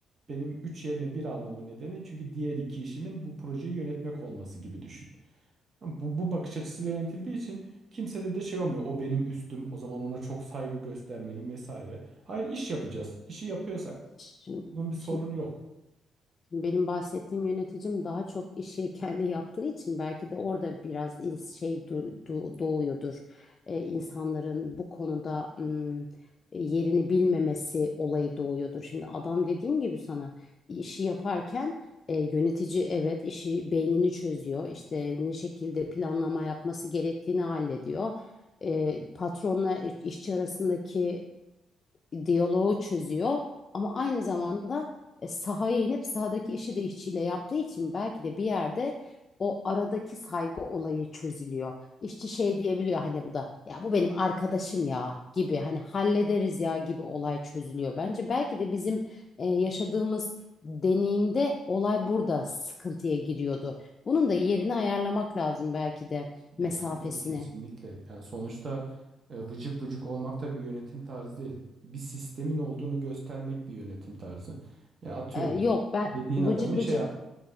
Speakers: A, on the right; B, on the left.
A: Benim 3 yerine bir almama nedeni çünkü diğer iki işimin bu projeyi yönetmek olması gibi düşün. Ama Bu, bu bakış açısıyla yönetildiği için kimsede de şey olmuyor. O benim üstüm. O zaman ona çok saygı göstermeliyim vesaire. Hayır iş yapacağız. İşi yapıyorsak
B: Şimdi,
A: bunun bir sorunu
B: şimdi
A: yok.
B: Şimdi benim bahsettiğim yöneticim daha çok işi <laughs> kendi yaptığı için belki de orada biraz ins- şey du- du- doğuyordur. Ee, insanların bu konuda ım, yerini bilmemesi olayı doğuyordur. Şimdi adam dediğim gibi sana işi yaparken e, yönetici evet işi beynini çözüyor. İşte ne şekilde planlama yapması gerektiğini hallediyor. E, patronla işçi arasındaki e, diyaloğu çözüyor. Ama aynı zamanda e, sahaya inip sahadaki işi de işçiyle yaptığı için belki de bir yerde o aradaki saygı olayı çözülüyor. İşçi şey diyebiliyor hani bu da ya bu benim arkadaşım ya gibi hani hallederiz ya gibi olay çözülüyor. Bence belki de bizim e, yaşadığımız deneyimde olay burada sıkıntıya giriyordu. Bunun da yerini ayarlamak lazım belki de
A: Ya
B: mesafesini.
A: tabii tabii kesinlikle. Yani sonuçta e, vıcık vıcık olmak da bir yönetim tarzı değil. Bir sistemin olduğunu göstermek bir yönetim tarzı. Yani atıyorum
B: E, yok ben
A: dediğin
B: vıcık
A: adamın şey
B: vıcık
A: yap-